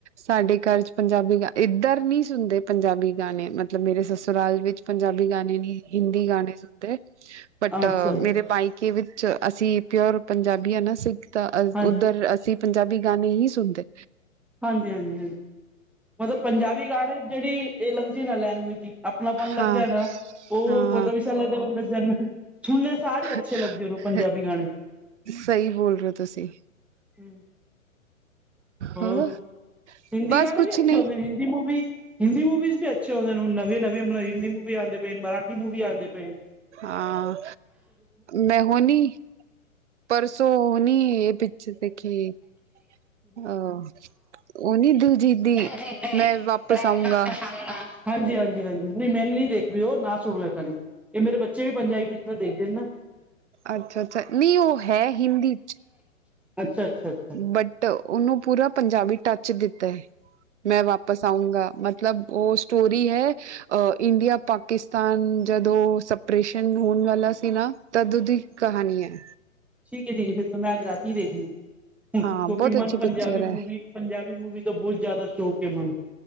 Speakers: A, on the right (about 60°); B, in the centre.
A: ਸਾਡੇ ਘਰ, ਚ ਪੰਜਾਬੀ ਗਾ, ਇੱਧਰ ਨੀ ਸੁਣਦੇ, ਪੰਜਾਬੀ ਗਾਣੇ। ਮਤਲਬ ਮੇਰੇ ਸਸੁਰਾਲ ਵਿੱਚ। ਪੰਜਾਬੀ ਗਾਣੇ ਨੀ, ਹਿੰਦੀ ਗਾਣੇ ਸੁਣਦੇ। ਅ
B: ਅੱਛਾ,
A: ਮੇਰੇ ਮਾਈਕੇ ਵਿਚ, ਅਸੀਂ ਪਿਓਰ ਪੰਜਾਬੀ ਆ, ਨਾ ਅਸੀ। ਤਾਂ ਅ,
B: ਹਾਂਜੀ,
A: ਉਧਰ ਅਸੀ, ਪੰਜਾਬੀ ਗਾਣੇ ਹੀ, ਸੁਣਦੇ।
B: ਹਾਂਜੀ -ਹਾਂਜੀ, ਹਾਂਜੀ। ਮਤਲਬ ਪੰਜਾਬੀ ਗਾਣੇ। ਜੇੜੀ ਏ ਲਗਦੀ ਨਾ ਲੈਂਗੁਏਜ ਜੀ। ਅਪਣਾਪਨ
A: ਹਾਂ
B: ਲਗਦੇ ਨਾ। ਉਹ
A: ਹਾਂ
B: ਮਤਲਬ ਇਸਰਾ ਲਗਦਾ ਬਣੀ ਜਣਤ ਸੁਣਦੇ ਸਾਰ ਹੀ। ਅੱਛੇ
A: ਹੇ
B: ਲੱਗਦੇ ਉਹਨੂੰ ਪੰਜਾਬੀ ਗਾਣੇ।
A: ਸਈ, ਬੋਲ ਰੇ ਓ, ਤੁਸੀ।
B: ਹੂੰ। ਹੋਰ?
A: ਹਾਂ
B: ਹਿੰਦੀ
A: ਬਸ
B: ਗਾਣੇ
A: ਕੁਛ
B: ਵੀ ਅੱਛੇ
A: ਨਹੀਂ
B: ਓਨੇ। ਹਿੰਦੀ ਮੂਵੀ, ਹਿੰਦੀ ਮੂਵੀਜ ਵੀ, ਅੱਛੇ ਹੁੰਦੇ ਨੇ ਉਨਾਂਦੇ। ਨਵੀਆ ਬਨਾਈ ਹਿੰਦੀ ਮੂਵੀਆ, ਆਉਂਦੇ ਪਏ। ਮਰਾਠੀ ਮੂਵੀਆ ਆਉਂਦੇ ਪਏ ਨੇ।
A: ਹਾਂ। ਮੈਂ ਹੁਣੀ। ਪਰਸੋ ਨੀ, ਏ ਪਿਚਰ ਦੇਖੀ। ਅ ਉਹਨੀ, ਦੂਜੀ ਦੀ।
B: <unintelligible>
A: ਮੈਂ ਵਾਪਿਸ
B: ਹਾਂਜੀ-
A: ਆਊਂਗਾ
B: ਹਾਂਜੀ, ਹਾਂਜੀ। ਨਹੀ ਮੈਨੂੰ ਨੀ, ਦੇਖ ਵੀ ਉਹ। ਨਾ ਸੁਣੋੈਂ ਇਹ ਏਦਾਂ ਦੀ। ਮੇਰੇ ਬੱਚੇ ਵੀ ਪੰਜਾਬੀ ਪਿਕਚਰ ਦੇਖਦੇ ਨੇ, ਨਾ।
A: ਅੱਛਾ ਅੱਛਾ ਨਹੀਂ ਉਹ ਹੈ ਹਿੰਦੀ ਚ
B: ਅੱਛਾ- ਅੱਛਾ। ਅੱਛਾ
A: ਬਟ ਉਹਨੂੰ ਪੂਰਾ, ਪੰਜਾਬੀ ਟੱਚ ਦਿੱਤਾ ਹੈ, ਮੈਂ ਵਾਪਿਸ ਆਊਂਗਾ। ਮ ਮਤਲਬ, ਉਹ ਸਟੋਰੀ ਹੈ, ਇੰਡੀਆ ਪ ਪਾਕਿਸਤਾਨ ਜਦੋਂ ਸਪਰੇਸ਼ਨ, ਹੋਣ ਵਾਲਾ ਸੀ ਨਾ, ਤਦੋਂ ਦੀ ਕਹਾਣੀ ਹੈ।
B: ਠੀਕ ਹੈ -ਠੀਕ ਹੈ। ਫੇਰ ਤਾਂ, ਮੈਂ ਅੱਜ ਰਾਤੀ ਹੀ ਦੇਖਣੀ। ਕਿਉਂਕਿ,
A: ਹਾਂ ਬਹੁਤ ਅੱਛੀ
B: ਮਨ
A: ਪਿਕਚਰ
B: ਪੰਜਾਬੀ ਮੂਵੀ
A: ਹੈ
B: ਪੰਜਾਬੀ ਮੂਵੀ ਦਾ, ਬਹੁਤ ਜ਼ਿਆਦਾ ਸ਼ੌਕ ਹੈ। ਮੈਨੂੰ।